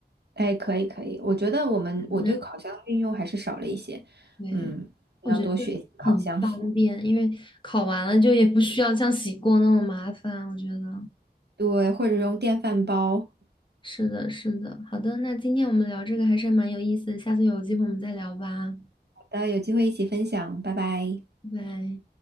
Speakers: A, on the right; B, on the left.
A: 哎，可以可以，我觉得我们我对烤箱的运用还是少了一些，
B: 那对，
A: 嗯，
B: 我觉得就很方便，
A: 要多学习烤箱，
B: 因为烤完了就也不需要像洗锅那么麻烦，我觉得。
A: <laughs> 对，或者用电饭煲。
B: 是的，是的。好的，那今天我们聊这个还是蛮有意思的，下次有机会我们再聊吧，
A: 好的，有机会一起分享，拜拜。
B: 拜拜。